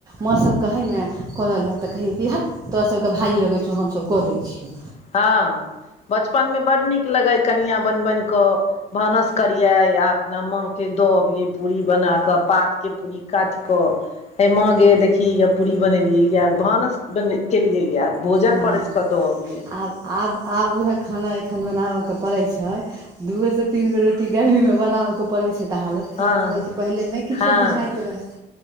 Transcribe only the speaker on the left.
हँ बचपन में बड्ड नीक लगै कनिया बनि- बनि कऽ भानस करियै आ अपना माँके दऽ अबियै पूरी बनाकऽ पातके पूरी। काटि कऽ हे मां गै देखही हैया पूरी बनेलियै येए भानस बन केलियैये। भोजन
परैस कऽ दऽ अबियै।
हँ
हँ